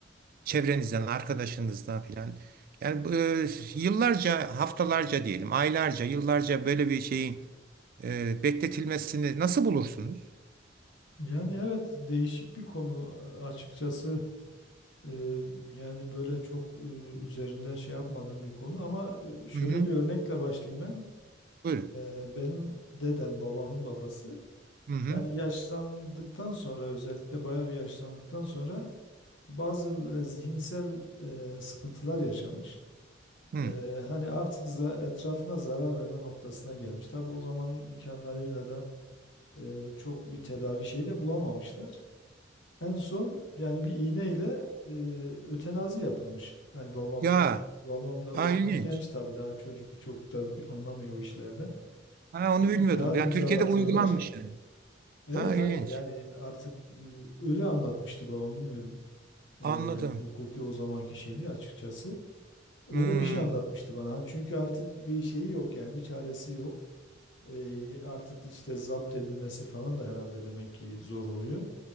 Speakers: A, on the right (about 50°); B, on the left (about 70°).
A: çevrenizden, arkadaşınızdan filan. Yani bu, e, yıllarca, haftalarca diyelim, aylarca, yıllarca böyle bir şeyin e, bekletilmesini nasıl bulursunuz?
B: Yani evet değişik bir konu a- açıkçası. Ee, yani böyle çok e, üzerinde şey yapmadığım bir konu ama e, şöyle
A: Hı hı.
B: bir örnekle başlayayım ben.
A: Buyurun.
B: Ee, benim dedem babamın babası
A: Hı hı.
B: Yani yaşlandıktan sonra özellikle bayağı bir yaşlandıktan sonra bazı böyle zihinsel e, sıkıntılar yaşamış.
A: Hı.
B: E, hani artık za- etrafına zarar verme noktasına gelmiş. Tabii o zamanın imkanlarıyla da e, çok bir tedavi şeyi de bulamamışlar. En son yani bir iğneyle e, ötenazi yapılmış. Hani babamdan
A: Ya,
B: da, babam da
A: ha,
B: o zaman
A: ilginç.
B: genç tabii daha çocuk çok da bir- anlamıyor o işlerden.
A: Ha, onu
B: E,
A: bilmiyordum.
B: bir kağıt
A: Yani
B: imzalatıyorlar.
A: Türkiye'de bu uygulanmış. yani.
B: Evet
A: Ha, ilginç.
B: hani yani artık e, öyle anlatmıştı babam bilmiyorum e,
A: Anladım.
B: yani hukuki o zamanki şeyini açıkçası öyle
A: Hmm.
B: bir şey anlatmıştı bana. Hani çünkü artık bir şeyi yok yani bir çaresi yok. E, artık işte zapt edilmesi falan da herhalde demek ki zor oluyor.